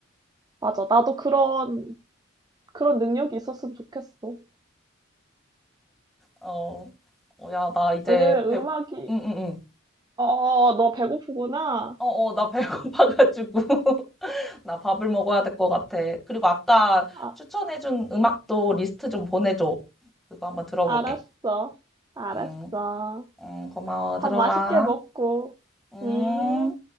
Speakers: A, on the right; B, in the centre.
A: 맞아. 나도 그런, 그런 능력이 있었으면 좋겠어.
B: 어, 어, 야, 나 이제
A: 왜냐면 음악이,
B: 배, 응, 응, 응.
A: 어, 너 배고프구나.
B: 어, 어, 나 배고파가지고 <laughs> 나 밥을 먹어야 될 것 같아. 그리고 아까
A: 아,
B: 추천해준 음악도 리스트 좀 보내줘. 그거 한번 들어보게.
A: 알았어. 알았어.
B: 응, 응, 고마워. 들어가.
A: 밥 맛있게 먹고.
B: 음.
A: 음.